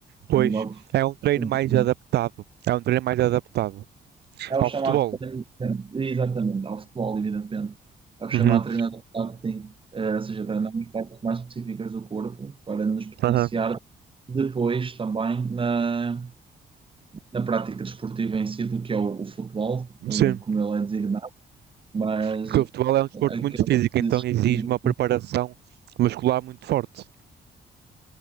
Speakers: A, on the right; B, on the right.
A: pois
B: a nível
A: é um treino
B: de
A: mais adaptado. É um treino mais adaptado
B: É o
A: ao
B: chamado
A: futebol.
B: treino, exatamente, ao futebol, evidentemente. É o chamado
A: Uhum.
B: treinamento de marketing, eh, ou seja, treinamos partes mais específicas do corpo para nos potenciar
A: Aham.
B: depois também na, na prática desportiva em si, do que é o, o futebol, eh,
A: Sim.
B: como ele é designado, mas
A: Porque o futebol é um desporto
B: aquele
A: muito físico,
B: exercícios
A: então exige uma preparação muscular muito forte,